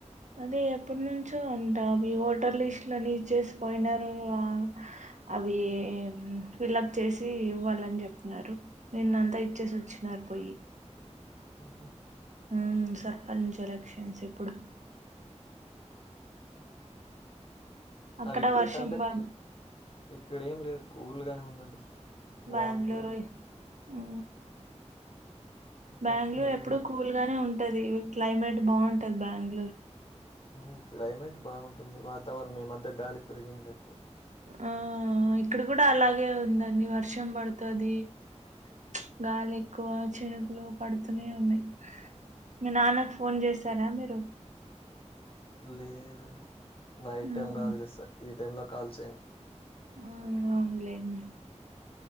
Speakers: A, on the right; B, on the left.
A: అదే ఎప్పటి నుంచో అంటా మీ ఓటర్ లిస్ట్ లోని ఇచ్చేసి పోయినారు ఆ అవి ఫిలప్ చేసి ఇవ్వాలని చెప్నరు నిన్నంతా ఇచ్చేసి వచ్చినారు పోయి
B: ఉహు
A: ఉ సర్పంచ్ ఎలక్షన్స్ ఎప్పుడు అక్కడ
B: అవి ఇప్పుడే
A: వర్షం
B: కండక్ట్
A: బా
B: ఇక్కడ ఏమి లేదు కూళ్లు గానే ఉందండి వామ్
A: బెంగళూరు
B: క్లైమేట్
A: ఒయి ఊ బెంగళూరు
B: తక్ నిన్
A: ఎప్పుడు కూల్ గానే ఉంటది క్లైమేట్ బాగుంటది బెంగళూరు
B: ఊ క్లైమేట్ బాగుంటుంది వాతావరణం మీ మద్ద్య గాలి పెరిగింది ఎక్కువ
A: ఆ ఇక్కడ కూడా అలాగే ఉందండి వర్షం పడుతుంది ప్చ్ గాలి ఎక్కువ చెనుకులు పడుతూనే ఉన్నాయి మీ నాన్నకు ఫోన్ చేసారా మీరు
B: లేదండి నైట్
A: ఉమ్.
B: టైం కాల్ చేస్తా ఈ టై లో కాల్ చేయను
A: ఆ అవునులేన్